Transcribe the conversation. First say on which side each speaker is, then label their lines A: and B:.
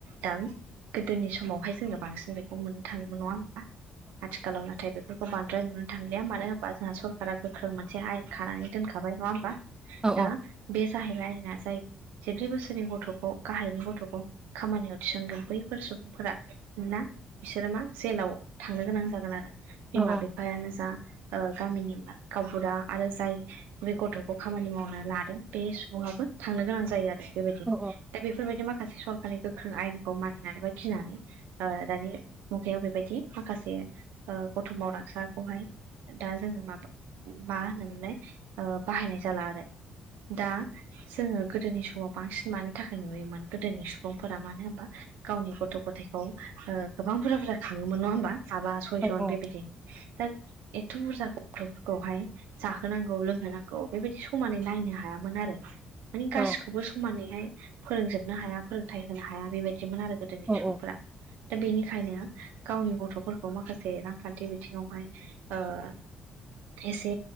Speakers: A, on the right (about 80°); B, on the right (about 25°).
A: दा गोदोनि समावहाय जोङो बांसिन बे खौ मोननो थाङोमोन नङा होमबा? आथिखालाव नाथाय बे खौ बांद्राय नुनो थांलिया मानो होनबा जोंहा सरकारा गोख्रों मोनसे आयेन खानानै दोनखाबाय नङा होमबा?
B: औ
A: दा बे जाहैबाय आयेना जाय जिब्रै बोसोरनि गथ'खौ गाहायनि गथ'खौ खामानियाव थिसनगोन बैफोर सुबुंफोरा ना? बिसोरो मा जेलाव थांनो गोनां जागोन आरो बिमा
B: औ
A: बिफायानो जा ओ-गामिनि गावबुरा आरो जाय बे गथ'खौ खामानि मावनो लादों बे सुबुङाबो थांनो गोनां जायो आरो। बेबायदि।
B: औ
A: दा बेफोरबायदि माखासे सरखारनि गोख्रों आयेनखौ मानिनानै बा गिनानै ओ-दानि -' मुगायाव बेबायदि माखासे ओ- गथ' मावदांसाखौहाय दा जोङो माबा मा होनोमोनलाय ओ-बाहायनाय जाला आरो। दा जोङो गोदोनि समाव बांसिन मानि थाखाय नुयोमोन गोदोनि सुबुंफोरा मानो होनबा गावनि गथ' गथायखौ ओ-गोबां बुरजा बुरजा खाङोमोन नङा होमबा? साबा सयजन
B: औ औ
A: बेबायदि। दा एथ' बुरजा गथ'फोरखौहाय जाहोनांगौ लोंहोनांगौ बेबायदि समानै नायनो हायामोन आरो। मानि गासिखौबो
B: औ
A: समानैहाय फोरोंजोबनो हाया फोरोंथायाइ होनो हाया बेबायदिमोन आरो। गोदोनि
B: औ
A: सुबुंफोरा। दा बेनि बेखायनो गावनि गथ'फोरखौ माखासे रांखान्थि बिथिङावहाय ओ- द्रेसे